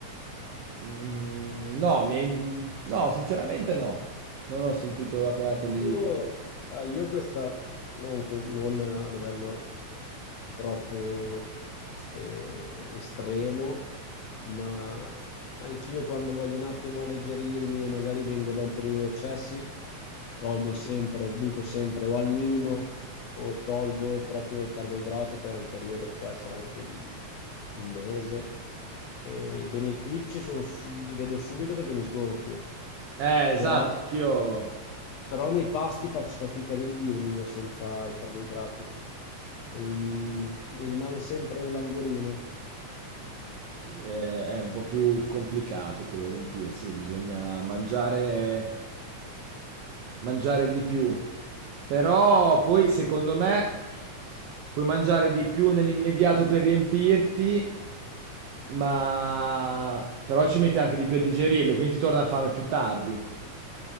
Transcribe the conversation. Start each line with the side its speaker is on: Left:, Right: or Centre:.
Right: mm, no, mi è- no, sinceramente no. Non ho sentito da quel lato lì.
Left: Io, eh, io questa non, cos- non a livello troppo eh, estremo, ma anch'io quando voglio un attimo alleggerirmi o magari vengo da un periodo di eccessi, tolgo sempre, riduco sempre o al minimo o tolgo proprio il carboidrato per un periodo che può essere anche di un mese. E I benefici sono su- li vedo subito perché mi sgonfio
Right: Eh, esatto,
Left: però,
Right: anch'io.
Left: però nei pasti faccio fatica a riempirmi io senza i carboidrati. Cioè, mi, mi rimane sempre un languorino.
Right: eh, è un po' più complicato quello riempirsi, bisogna mangiare mangiare di più. Però poi, secondo me, puoi mangiare di più nell'immediato per riempirti, ma però ci metti anche di più a digerirle, quindi ti torna fame più tardi